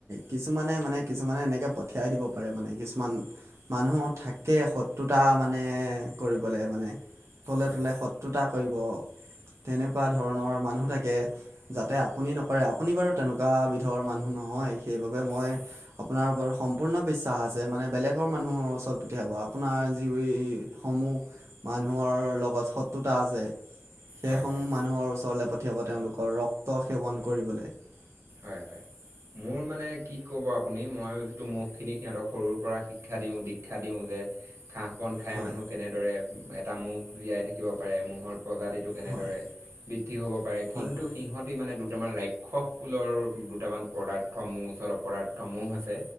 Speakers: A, on the right (about 85°); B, on the right (about 70°).
A: কিছুমানে মানে কিছুমানে এনেকৈ পঠিয়াই দিব পাৰে মানে। কিছুমান মানুহ থাকে শত্ৰুতা মানে কৰিবলৈ মানে। তলে
B: হয়
A: তলে শত্ৰুতা কৰিব তেনেকুৱা ধৰণৰ মানুহ থাকে। যাতে আপুনি নকৰে আপুনি বাৰু তেনেকুৱা বিধৰ মানুহ নহয় সেইবাবে মই।
B: হয়
A: আপোনাৰ ওপৰত সম্পূৰ্ণ বিশ্বাস আছে। যে মানে বেলেগৰ মানুহৰ ওচৰত পুঠিয়াব আপোনাৰ যিসমূহ। মানুহৰ লগত শত্ৰুতা আছে। সেইসমূহ
B: হয় হয়
A: মানুহৰ ওচৰলে পঠিয়াব তেওঁলোকৰ ৰক্ত সেৱন কৰিবলৈ। <inaudible>
B: হয় হয় মোৰ মানে কি ক'ব আপুনি মই যিটো মহখিনি সিহঁতক সৰুৰ পৰা শিক্ষা দিওঁ দীক্ষা দিওঁ যে। ঘাঁহ বন খাই
A: হয়
B: মানুহ কেনেদৰে এটা মহ জীয়াই থাকিব পাৰে মৰ। প্ৰজাতিটো কেনেদৰে
A: হয়
B: বৃদ্ধি হ'ব পাৰে
A: হয়
B: কিন্তু
A: হয়
B: সিহঁতি মানে দুটামান ৰাক্ষস। স্কুলৰ দুটামান পদাৰ্থ মো ওচৰত অপদাৰ্থ মোহ আছে